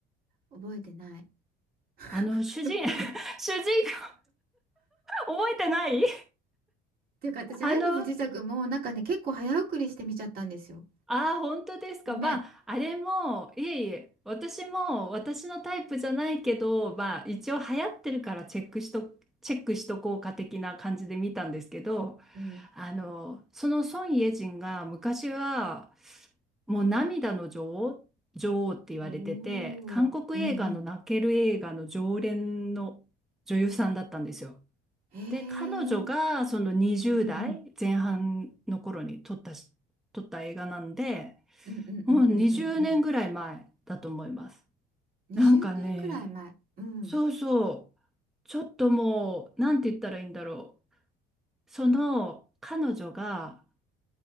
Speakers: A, on the right; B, in the centre.
A: 覚えてない。
B: あの主人、
A: <laughs> ごめん。<laughs> っ
B: <laughs> 主人公、覚えてない
A: ていうか私、
B: あの、
A: 愛の不時着もなんかね、結構早送りして見ちゃったんですよ。
B: ああ、本当ですか。
A: ごめん。
B: まあ、あれも、いえいえ、私も私のタイプじゃないけど、まあ、一応流行ってるからチェックしと、チェックしとこうか的な感じで見たんですけど、
A: うん。
B: あの、その孫イェジンが昔はもう涙の女王、女王って言われてて、
A: おお、
B: 韓国映画の泣ける映画の常連の女優さんだったんですよ。
A: うんうん。へえ、
B: で、彼女がその20代前半の頃に撮ったし、
A: うんうん。
B: 撮った映画なんで、
A: うんうんうんうんうんうん
B: もう20年ぐらい前だと思います。
A: 20年ぐらい前。
B: なんかね、
A: うん。
B: そうそう、ちょっともう、なんて言ったらいいんだろう。その彼女が、